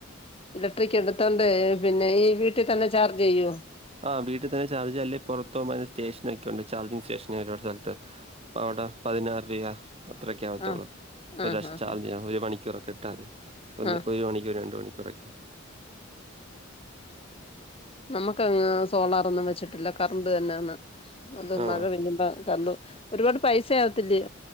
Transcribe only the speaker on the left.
ഇലക്ട്രിക്ക് എടുത്തോണ്ട് പിന്നെ ഈ വീട്ടിൽ തന്നെ ചാർജ് ചെയ്യോ
ആ ആ
ആ
ആഹ്
നമ്മുക്ക് യ് സോളാറൊന്നും വെച്ചിട്ടില്ല കറണ്ട് തന്നാന്ന്. അത്
മഴ പെയ്യുമ്പോ കർണ്ട് ഒരുപാട് പൈസയാവത്തില്ലേ